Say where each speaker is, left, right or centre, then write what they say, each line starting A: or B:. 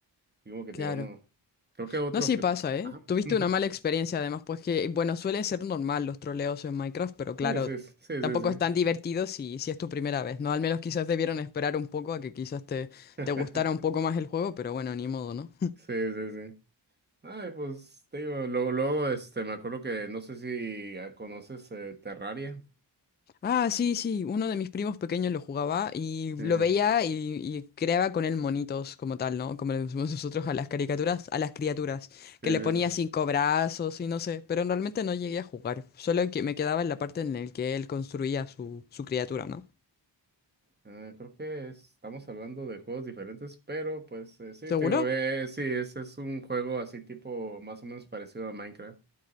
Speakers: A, on the right; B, on the left.
A: Y como que
B: claro.
A: te digo, no. Creo que otro
B: No, sí
A: que.
B: pasa, ¿eh?
A: Ajá.
B: Tuviste
A: Ujú.
B: una mala experiencia además, pues que, bueno, suele ser normal los troleos en Minecraft, pero claro,
A: Sí, sí, sí,
B: tampoco
A: sí, sí.
B: es tan divertido si, si es tu primera vez, ¿no? Al menos quizás debieron esperar un poco a que quizás te,
A: <laughs>
B: te gustara un poco más el juego, pero bueno, ni modo, ¿no?
A: Sí, sí, sí. sí. Ay, pues te digo, luego, luego, este, me acuerdo que no sé si ah, conoces eh, Terraria.
B: Ah, sí, sí, uno de mis primos pequeños lo jugaba y
A: Sí,
B: lo veía y, y creaba con él monitos como tal, ¿no? Como le decimos nosotros a las caricaturas, a las criaturas,
A: sí,
B: que le ponía
A: sí, sí.
B: cinco brazos y no sé, pero realmente no llegué a jugar, solo que me quedaba en la parte en la que él construía su, su criatura, ¿no?
A: Ah, creo que es- estamos hablando de juegos diferentes, pero pues eh, sí,
B: ¿Seguro?
A: te digo, eh, sí, ese es un juego así tipo más o menos parecido a Minecraft.